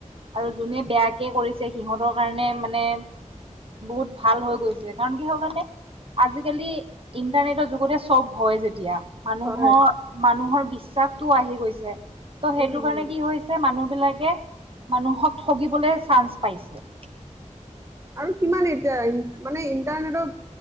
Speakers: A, on the right (about 45°); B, on the right (about 25°).
A: আৰু যোনে বেয়া - একে কৰিছে, সিহঁতৰ কাৰণে মানে বহুত ভাল হৈ গৈছে। কাৰণ কিহৰ কাৰণে আজিকালি ইণ্টাৰনেটৰ যুগতে চব হয় যেতিয়া। মানুহৰ
B: হয়।
A: মানুহৰ বিশ্বাসটো আহি গৈছে। ত' সেইটো
B: উম,
A: কাৰণে
B: উম
A: কি হৈছে, মানুহে। মানুহক ঠগিবলৈ চান্স পাইছে।
B: আৰু কিমান, এতিয়া মানে ইণ্টাৰনেটৰ।